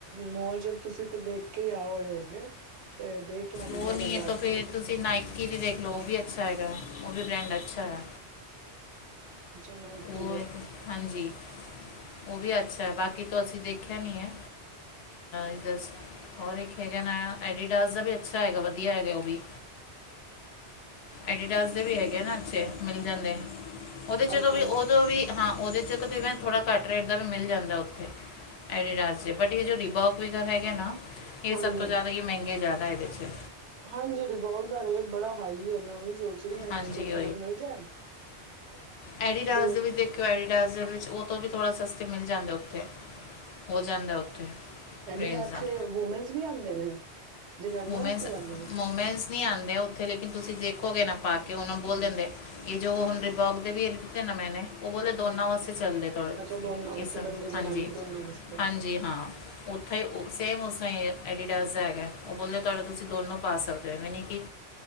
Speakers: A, on the right; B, on the left.
A: ਮੋਲ ਜਦ ਤੁਸੀਂ ਤੇ ਦੇਖ ਕੇ ਹੀ ਆਓ ਹੋਏ ਹੋਗੇ ਤੇ ਦੇਖ ਜਾਦੀ
B: ਉਹ
A: ਹਾਂ
B: ਨਹੀਂ
A: ਮੈਂ ਜਾ
B: ਹੈ ਤਾਂ ਫਿਰ
A: ਕੇ ਉਈ।
B: ਤੁਸੀਂ ਨਾਈਕੀ ਦੀ ਦੇਖ ਲਓ ਉਹ ਵੀ ਅੱਛਾ ਹੈਗਾ ਉਹ ਵੀ ਬ੍ਰੈਂਡ ਅੱਛਾ ਹੈ।
A: ਅੱਛਾ ਨਾਇਕੀ
B: ਉਹ
A: ਦੇ
B: ਹੈ ਹਾਂਜੀ। ਉਹ ਵੀ ਅੱਛਾ ਹੈ ਬਾਕੀ ਤੋਂ ਅਸੀਂ ਦੇਖਿਆ ਨਹੀਂ ਹੈ ਇਧ ਔਰ ਇੱਕ ਹੈਗਾ ਨ ਐਡੀਡਾਜ਼ ਦਾ ਵੀ ਅੱਛਾ ਹੈਗਾ ਵਧੀਆ ਹੈਗਾ ਉਹ ਵੀ। ਐਡੀਡਾਸ ਦੇ ਵੀ ਹੈਗੇ ਨਾ ਅੱਛੇ ਮਿਲ ਜਾਂਦੇ ਉਹਦੇ ਚਲੋ
A: ਅੱਛਾ
B: ਵੀ। ਉਦੋਂ ਵੀ ਹਾਂ ਉਹਦੇ 'ਚ ਤ ਤਕਰੀਬਨ ਥੋੜ੍ਹਾ ਘੱਟ ਰੇਟ ਦਾ ਵੀ ਮਿਲ ਜਾਂਦਾ ਉੱਥੇ ਏਡੀ ਡਾਸ 'ਤੇ ਬਟ ਇਹ ਜੋ ਰਿਬੋਕ। ਕੁਇਗਰ ਹੈਗੇ ਨਾ ਇਹ
A: ਹਾਂਜੀ।
B: ਸਭ ਤੋਂ ਜ਼ਿਆਦਾ ਹੀ ਮਹਿੰਗੇ ਜ਼ਿਆਦਾ ਇਹਦੇ 'ਚ।
A: ਹਾਂਜੀ ਰਿਬੋਕ ਦਾ ਰੇਟ ਬੜਾ ਹਾਈ ਮੈਂ ਉਹੀ ਸੋਚ ਰਹੀ ਹਾਂ
B: ਹਾਂਜੀ
A: ਕਿ ਕੋਈ ਹੋਰ ਮਿਲ ਜਾਏ। <unintelligible>
B: ਐਡੀਡਾਜ਼
A: ਦੋ
B: ਦੇ ਵਿੱਚ ਦੇਖਿਓ ਐਡੀਡਾਜ਼ ਵਿੱਚ ਉਹ ਤੋਂ ਵੀ ਥੋੜ੍ਹਾ ਸਸਤੇ ਮਿਲ ਜਾਂਦਾ। ਉੱਥੇ ਹੋ ਉੱਥੇ
A: ਐਡੀਡਾਸ
B: ਰੇਂਜ ਦਾ
A: ਚ ਵੂਮੈਨਸ ਵੀ ਆਉਂਦੇ ਨੇ? ਜਨਾਨੀਆਂ
B: ਵੂਮੇਸ
A: ਵਾਸਤੇ ਵੀ ਆਉਂਦੇ ਨੇ
B: ਮੋਮਸ ਨਹੀਂ ਆਉਂਦੇ ਉੱਥੇ ਲੇਕਿਨ ਤੁਸੀਂ ਦੇਖੋਗੇ ਨਾ ਪਾ ਕੇ ਉਹ ਨੂੰ ਬੋਲ
A: ਹੂੰ
B: ਦਿੰਦੇ। ਇਹ ਜੋ ਹੁਨ ਰੀਬੋਗ ਦੇ ਵੀ ਇਹ ਲੀਤੇ ਨਾ ਮੈਂਨੇ। ਉਹ ਬੋਲੇ
A: ਹੂੰ।
B: ਦੋਨਾਂ ਵਾਸਤੇ ਚੱਲਦੇ ਥੋੜੇ
A: ਅੱਛਾ ਦੋਨਾਂ ਵਾਸਤੇ
B: ਇਸ
A: ਬੰਦੇ ਜਨਾਨੀ
B: ਹਾਂਜੀ
A: ਦੋਨਾਂ ਵਾਸਤੇ।
B: ਹਾਂਜੀ ਹਾਂ। ਉੱਥੇ ਹੀ ਸੇਮ ਉਸ ਤਰ੍ਹਾਂ ਹੀ ਐਡੀਡਾਸ ਦਾ ਹੈਗਾ। ਉਹ ਬੋਲਦੇ ਤੁਹਾਡਾ ਤੁਸੀਂ ਦੋਨੋਂ ਪਾ ਸਕਦੇ ਹੋ ਮੈ ਨਹੀਂ ਕਿ